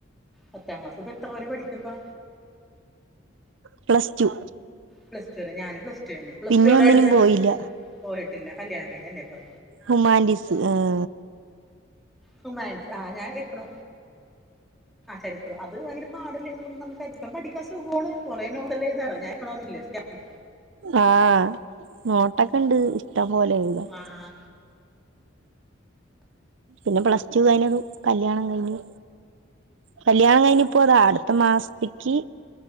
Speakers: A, in the centre; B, on the right.
A: പത്താം ക്ലാസ്സി ഇപ്പ എത്ര വരെ പഠിച്ചിപ്പാ
B: പ്ലസ് ടു
A: പ്ലസ് ടു വരെ ഞാനും പ്ലസ് ടു അന്നെ പ്ലസ്
B: പിന്നെ
A: ടു ഏതാ
B: ഒന്നിനും
A: എടുത്തെ
B: പോയില്ല
A: പോയിട്ടില്ല കല്യാണം കഴിഞ്ഞല്ലേപ്പൊ
B: ഹുമാൻ്റീസ് ആഹ
A: ഹുമാൻസ് ആഹാ ഞാൻ എക്കണോ- ചരിത്രം <unintelligible> ചരിത്രംപഠിക്കാൻ സുഖാണ് കുറേ നോട്ടെല്ലാം എഴുതാ <unintelligible>
B: ആഹ് നോട്ടൊക്കെ ഇണ്ട് ഇഷ്ടം പോലെ എഴുതാൻ
A: ആഹ്
B: പിന്നെ പ്ലസ് ടു കയിഞ്ഞത് കല്യാണം കയിഞ്ഞു കല്യാണം കഴിഞ്ഞിപ്പോ അതാ അടുത്ത മാസത്തേക്ക്